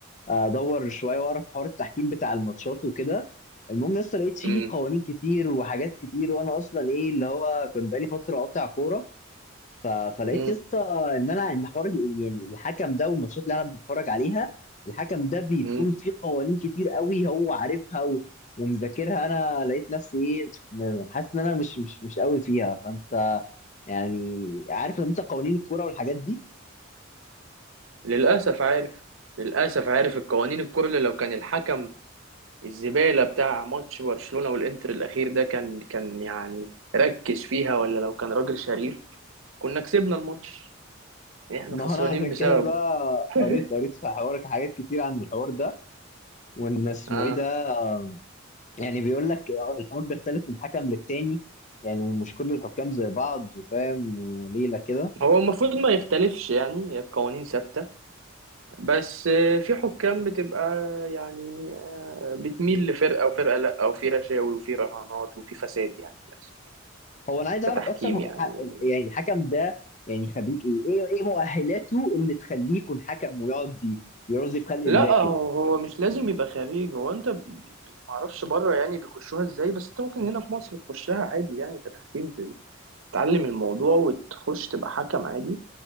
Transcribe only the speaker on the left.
آه، ادور شويه واعرف حوار التحكيم بتاع الماتشات وكده المهم لسه لقيت فيه
قوانين كتير وحاجات كتير وانا اصلا ايه اللي هو كنت بقالي فتره قاطع كوره ف... فلقيت
يا اسطى ان انا ان حوار ال- يعني الحكم ده والماتشات اللي انا بتفرج عليها الحكم ده بيكون
فيه قوانين كتير قوي هو عارفها و... ومذاكرها انا لقيت نفسي ايه م- حاسس ان انا مش مش مش قوي فيها فانت يعني عارف لما انت قوانين الكوره والحاجات دي
ما
هو انا عشان
كده بقى
قريت قريت في حوارك حاجات كتير عن الحوار ده وان اسمه
ايه ده يعني بيقول لك الحوار بيختلف من حكم للتاني يعني مش كل الحكام زي بعض فاهم وليله كده
هو انا عايز
اعرف اصلا هو
الح... يعني الحكم ده يعني خريج ايه؟ ايه ايه مؤهلاته اللي تخليه يكون حكم ويقعد ي- يرازي في خلق
الله
كده؟